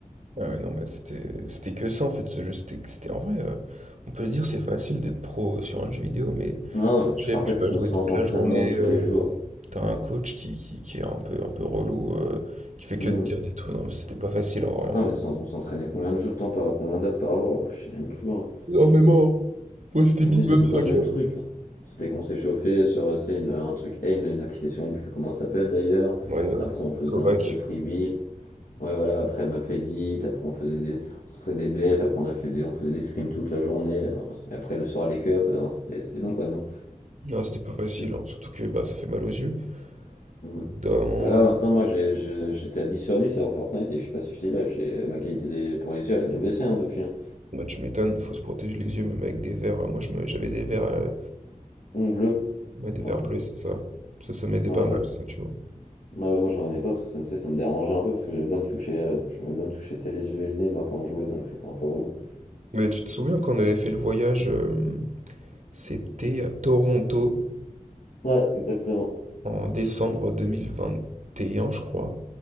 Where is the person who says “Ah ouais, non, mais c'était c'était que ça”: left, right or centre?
Right